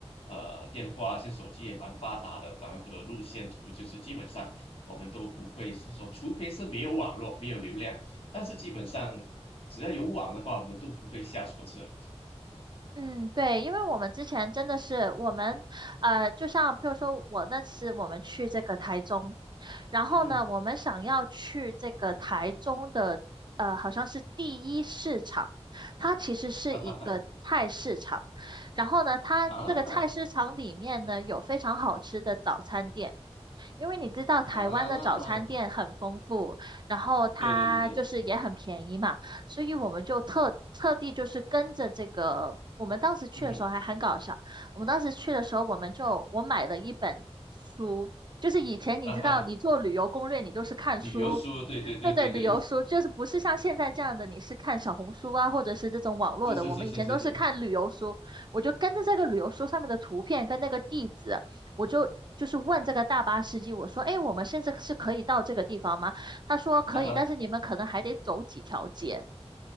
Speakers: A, on the left; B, on the right.
A: 呃电话啊，是手机也蛮发达的，把那个路线图就是基本上我们都不会是说，除非是没有网络没有流量，但是基本上只要有网的话，我们都不会下错车。
B: 嗯，对，因为我们之前真的是我们，呃，就像譬如说我那次我们去这个台中，然后呢，
A: 嗯哼，
B: 我们想要去这个台中的，呃，好像是第一市场，它其实是一个菜市场。
A: 哈哈哈
B: 然后呢，它这个菜市场里面呢，
A: 啊
B: 有非常好吃的早餐店。因为你知道台湾的早餐店很丰富，
A: 啊，
B: 然后它就是也很便宜嘛，
A: 对对对对，
B: 所以我们就特特地就是跟着这个，我们当时去的时候还很搞笑。
A: 嗯哼，
B: 我们当时去的时候，我们就我买了一本书，就是以前你知道，
A: 啊哈哈，
B: 你做旅游攻略，你就是看书，
A: 旅游书，对对对对对，
B: 对对，旅游书就是不是像现在这样的，你是看小红书啊，或者是这种网络的，
A: <laughs> 是是是是是是。
B: 我们以前都是看旅游书，我就跟着这个旅游书上面的图片跟那个地址，我就。就是问这个大巴司机，我说，哎，我们现在是可以到这个地方吗？他说可以，
A: 啊哈
B: 但是你们可能还得走几条街。